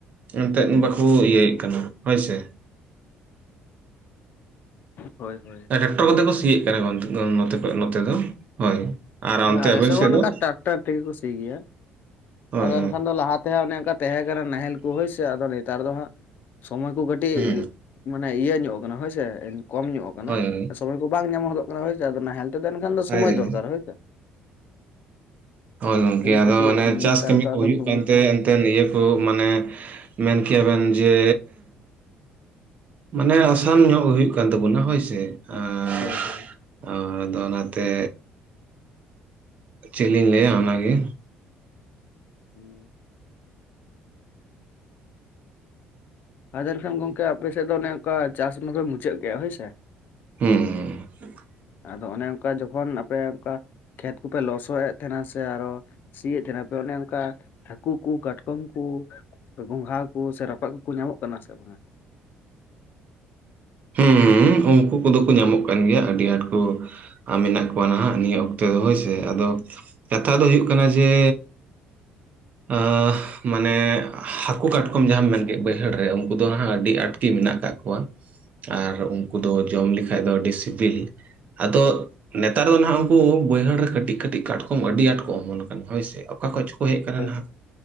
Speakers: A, on the right (about 40°); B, on the left (about 55°).
A: ᱮᱱᱛᱮᱫ ᱵᱟᱠᱚ ᱤᱭᱟᱹᱭᱮᱫᱹᱜ ᱠᱟᱱᱟ ᱦᱳᱭ ᱥᱮ᱾
B: ᱦᱳᱭ ᱦᱳᱭ᱾
A: ᱴᱮᱠᱴᱚᱨ ᱠᱚᱛᱮ ᱠᱚ ᱥᱤᱭᱮᱜ ᱠᱟᱱᱟ ᱚᱝᱛᱮ ᱱᱚᱛᱮ ᱠᱷᱚᱭ ᱱᱚᱛᱮ ᱫᱚ ᱦᱳᱭ᱾ ᱟᱨ
B: ᱦᱳᱭ
A: ᱚᱱᱛᱮ
B: ᱟᱞᱮᱥᱮᱜ
A: ᱟᱵᱮᱱ ᱥᱮᱫ
B: ᱦᱚᱸ
A: ᱫᱚ
B: ᱚᱝᱠᱟ ᱴᱟᱠᱴᱟᱨ ᱛᱮᱜᱮ ᱠᱩ ᱥᱤ ᱜᱮᱭᱟ᱾
A: ᱦᱳᱭ
B: ᱟᱫᱚ ᱮᱱᱠᱷᱟᱱ ᱫᱚ ᱞᱟᱦᱟᱛᱮ ᱦᱟᱸᱜ ᱚᱱᱮ ᱚᱱᱠᱟ ᱛᱟᱦᱮᱸ ᱠᱟᱱᱟ ᱱᱟᱦᱮᱞ ᱠᱚ ᱦᱳᱭᱥᱮ ᱟᱫᱚ ᱱᱮᱛᱟᱨ ᱫᱚ ᱦᱟᱸᱜ, ᱥᱚᱢᱚᱭ ᱠᱚ ᱠᱟᱹᱴᱤᱜ
A: ᱦᱳᱭ ᱦᱮᱸ
B: ᱢᱟᱱᱮ ᱤᱭᱟᱹ ᱧᱚᱜ ᱠᱟᱱᱟ ᱦᱳᱭᱥᱮ ᱠᱚᱢ ᱧᱚᱜ ᱠᱟᱱᱟ᱾
A: ᱦᱳᱭ ᱦᱳᱭ
B: ᱥᱚᱢᱚᱭ ᱠᱚ ᱵᱟᱝ ᱧᱟᱢᱚᱜ ᱦᱚᱫᱚᱜ ᱠᱟᱱᱟ ᱦᱳᱭ ᱥᱮ ᱟᱫᱚ ᱱᱟᱦᱮᱞ ᱛᱮᱫᱚ ᱮᱱᱠᱷᱟᱱ ᱫᱚ
A: ᱦᱳᱭ
B: ᱥᱚᱢᱚᱭ
A: ᱫᱟᱞᱤᱧ
B: ᱫᱚᱨᱠᱟᱨ ᱦᱳᱭ ᱥᱮ᱾
A: ᱦᱳᱭ ᱜᱚᱝᱠᱮ ᱟᱫᱚ
B: ᱠᱟᱹᱴᱤᱡ
A: ᱟᱱᱮ ᱪᱟᱥ
B: ᱱᱮᱛᱟᱨ
A: ᱠᱟᱹᱢᱤ
B: ᱫᱚ
A: ᱠᱩ
B: ᱟᱫᱚ
A: ᱦᱩᱭᱩᱜ
B: ᱥᱚᱢᱚᱭ
A: ᱠᱟᱱᱛᱮ
B: ᱠᱚᱦᱚᱸ
A: ᱮᱱᱛᱮᱱ ᱤᱭᱟᱹ ᱠᱩ ᱢᱟᱱᱮ ᱢᱮᱱ ᱠᱮᱭᱟ ᱵᱮᱱ ᱡᱮ ᱢᱟᱱᱮ ᱟᱥᱟᱱ ᱧᱚᱜ ᱦᱩᱭᱩᱜ ᱠᱟᱱ ᱛᱟᱵᱚᱱᱟ ᱦᱳᱭᱥᱮ᱾ ᱟᱸ
B: ᱦᱳᱭ ᱦᱳᱭ᱾
A: ᱟᱫᱚ ᱚᱱᱟᱛᱮ ᱪᱮᱜᱞᱤᱝ ᱞᱟᱹᱭᱟ ᱚᱱᱟᱜᱮ᱾
B: ᱦᱩᱸ <inaudible> ᱟᱫᱚ ᱮᱱᱠᱷᱟᱱ ᱜᱚᱝᱠᱮ ᱟᱯᱮᱥᱮᱜ ᱫᱚ ᱚᱱᱮ ᱚᱱᱠᱟ ᱪᱟᱥ ᱢᱟᱯᱮ ᱢᱩᱪᱟᱹᱜ ᱠᱮᱜᱼᱟ ᱦᱳᱭ ᱥᱮ
A: ᱦᱩᱸ ᱦᱩᱸ᱾
B: ᱟᱫᱚ ᱚᱱᱮ ᱚᱱᱠᱟ ᱡᱚᱠᱷᱚᱱ ᱟᱯᱮ ᱚᱱᱠᱟ ᱠᱷᱮᱛ ᱠᱚᱯᱮ ᱞᱚᱥᱚᱜ ᱮᱫ ᱛᱟᱦᱮᱸᱱᱟ ᱥᱮ ᱟᱨᱚ ᱥᱤᱭᱮᱜ ᱛᱟᱦᱮᱸᱱᱟ ᱯᱮ ᱚᱱᱮ ᱚᱱᱠᱟ ᱦᱟᱹᱠᱩ ᱠᱩ ᱠᱟᱴᱠᱚᱢ ᱠᱩ ᱜᱚᱝᱜᱦᱟ ᱠᱩ ᱥᱮ ᱨᱚᱠᱚᱡ ᱠᱩᱠᱩ ᱧᱟᱢᱚᱜ ᱠᱟᱱᱟ ᱥᱮ ᱵᱟᱝ?
A: ᱦᱩᱸ ᱩᱱᱠᱩ ᱠᱚᱫᱚ ᱠᱚ ᱧᱟᱢᱚᱜ ᱠᱟᱱ ᱜᱮᱭᱟ᱾ ᱟᱹᱰᱤ ᱟᱸᱴ ᱠᱚ ᱟ ᱢᱮᱱᱟᱜ ᱠᱚᱣᱟ ᱱᱟᱦᱟᱸᱜ ᱱᱤᱭᱟᱹ ᱚᱠᱛᱮ ᱫᱚ ᱦᱳᱭᱥᱮ ᱟᱫᱚ, ᱠᱟᱛᱷᱟ ᱫᱚ ᱦᱩᱭᱩᱜ ᱠᱟᱱᱟ ᱡᱮ ᱟᱸ ᱢᱟᱱᱮ ᱦᱟᱹᱠᱩ ᱠᱟᱴᱠᱚᱢ ᱡᱟᱦᱟᱸᱢ ᱢᱮᱱᱠᱮᱜ ᱵᱟᱹᱭᱦᱟᱹᱲ ᱨᱮ ᱩᱱᱠᱩ ᱫᱚ ᱱᱟᱦᱟᱸᱜ ᱟᱹᱰᱤ ᱟᱸᱴ ᱛᱤ ᱢᱮᱱᱟᱜ ᱠᱟᱜ ᱠᱚᱣᱟ ᱟᱨ ᱩᱱᱠᱩ ᱫᱚ ᱡᱚᱢ ᱞᱮᱠᱷᱟᱭ ᱫᱚ ᱟᱹᱰᱤ ᱥᱤᱵᱤᱞ ᱟᱫᱚ, ᱱᱮᱛᱟᱨ ᱫᱚ ᱱᱟᱦᱟᱸᱜ ᱩᱱᱠᱩ ᱵᱟᱹᱭᱦᱟᱹᱲ ᱨᱮ ᱠᱟᱹᱴᱤᱜ ᱠᱟᱹᱴᱤᱜ ᱠᱟᱴᱠᱚᱢ ᱟᱹᱰᱤ ᱟᱴ ᱠᱚ ᱚᱢᱚᱱ ᱠᱟᱱᱟ ᱦᱳᱭᱥᱮ ᱚᱠᱟ ᱠᱷᱚᱭ ᱪᱚ ᱠᱚ ᱦᱮᱜ ᱠᱟᱱᱟ
B: ᱦᱳᱭ
A: ᱱᱟᱦᱟᱸᱜ